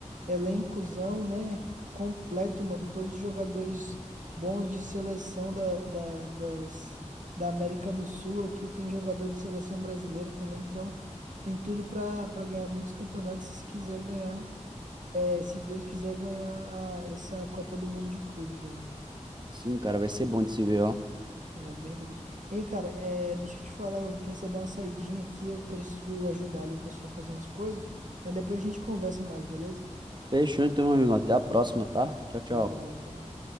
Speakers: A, on the right (about 80°); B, on the right (about 35°).
A: Elencozão, né? Completo, mano. Todos os jogadores bons de seleção da, da, das, da América do Sul. Aqui tem jogador de seleção brasileira também. Então, tem tudo pra, pra ganhar muitos campeonatos se quiser ganhar. É, se Deus quiser ganhar a- essa Copa do Mundo de Clubes aí.
B: Sim, cara, vai ser bom de se ver, ó.
A: É verdade. Hein, cara, é, deixa eu te falar, eu vou precisar dar uma saidinha aqui, eu preciso ajudar ali o pessoal a fazer umas coisas, mas depois a gente conversa mais, beleza?
B: Fechou então, meu amigo. Até a próxima, tá? Tchau, tchau.
A: Falou, falou.